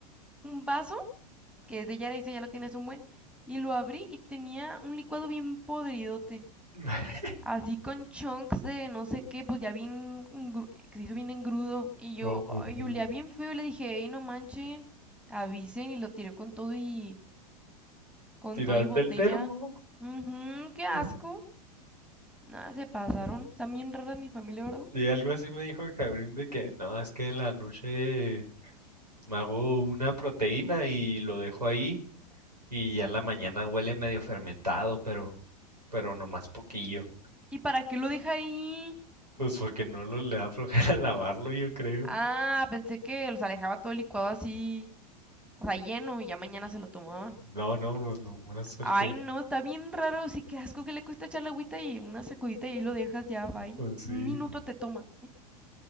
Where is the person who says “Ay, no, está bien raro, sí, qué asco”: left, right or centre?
Centre